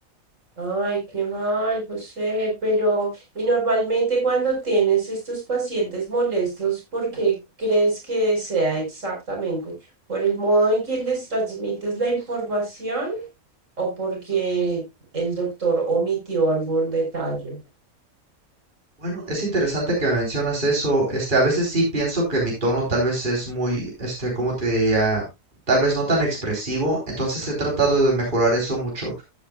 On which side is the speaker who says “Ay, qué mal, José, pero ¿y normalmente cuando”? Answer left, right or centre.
Right